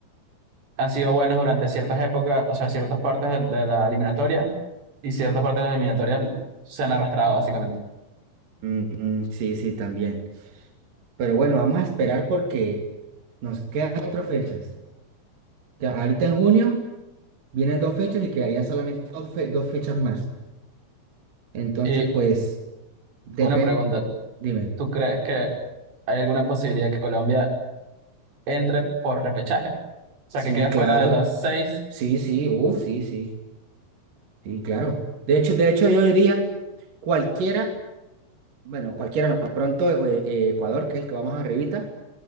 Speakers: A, on the right (about 80°); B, on the right (about 55°).
A: han sido buenos durante ciertas épocas, o sea, ciertas partes de, de la eliminatoria, y ciertas partes de la eliminatoria se han arrastrado, básicamente.
B: Mm, mm, sí, sí, también. Pero bueno, vamos a esperar porque nos quedan otras fechas. Ya, ahorita en junio vienen dos fechas y quedarían solamente dos, fe- dos fechas más. Entonces,
A: Y
B: pues, depende.
A: una pregunta,
B: Dime.
A: ¿tú crees que hay alguna posibilidad que Colombia entre por repechaje? O sea,
B: Sí,
A: que quede
B: claro.
A: fuera de los seis.
B: Sí, sí, uff, sí, sí. Sí, claro. De hecho, de hecho, yo diría, cualquiera. Bueno, cualquiera, no. De pronto eh, eh, Ecuador, que es el que vamos arribita,